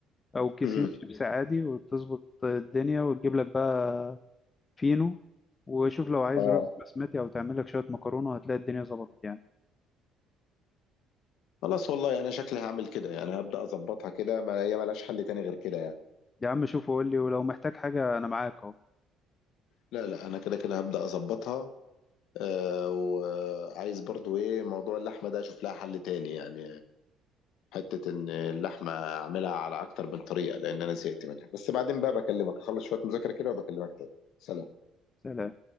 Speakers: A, on the left; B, on the left.
A: أو كيسين
B: امم
A: شيبس عادي وتظبط الدنيا وتجيب لك بقى فينو وشوف لو عايز
B: اه
A: رز بسمتي أو تعمل لك شوية مكرونة هتلاقي الدنيا ظبطت يعني
B: خلاص والله انا شكلي هعمل كده يعني هبدأ اظبطها كده ما هي ملهاش حل تاني غير كده يعني
A: يا عم شوف وقول لي ولو محتاج حاجة أنا معاك أهو
B: لا لا انا كده كده هبدأ اظبطها آه وعايز برضو ايه موضوع اللحمة ده اشوف لها حل تاني يعني حتة ان اللحمة اعملها على اكتر من طريقة لان انا زهقت منها بس بعدين بقى بكلمك اخلص شوية مذاكرة كده وبكلمك تاني سلام
A: سلام